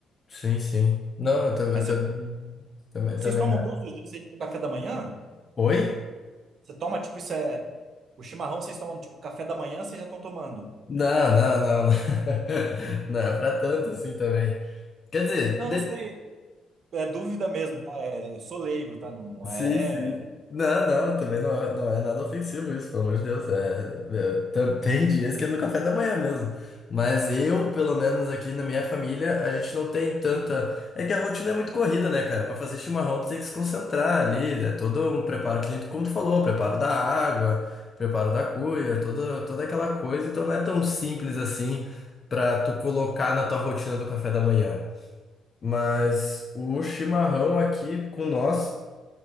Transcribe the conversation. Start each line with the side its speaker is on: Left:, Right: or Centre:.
Left: sim, sim. Não, eu, ta- eu
Right: Mas
Left: também,
Right: eu-
Left: também,
Right: vocês
Left: também.
Right: tomam todos os dias aí, tipo, café da manhã?
Left: Oi?
Right: Você toma, tipo, isso é. O chimarrão vocês tomam, tipo, café da manhã, vocês já estão tomando.
Left: Não, não, não, não. <laughs> Não é pra tanto assim também. Quer dizer,
Right: Não,
Left: de-
Right: não sei. É dúvida mesmo, tá? É, eu sou leigo, tá? Não, não
Left: Sim,
Right: é.
Left: sim. Não, não, também não é, não é nada ofensivo isso, pelo amor de Deus. É, é, t- tem dias que é no café da manhã mesmo. Mas eu, pelo menos aqui na minha família, a gente não tem tanta. É que a rotina é muito corrida, né, cara? Pra fazer chimarrão, tu tem que se concentrar ali. É todo um preparo que nem tu- como tu falou, preparo da água, preparo da cuia, toda, toda aquela coisa. Então não é tão simples assim pra tu colocar na tua rotina do café da manhã. Mas o chimarrão aqui com nós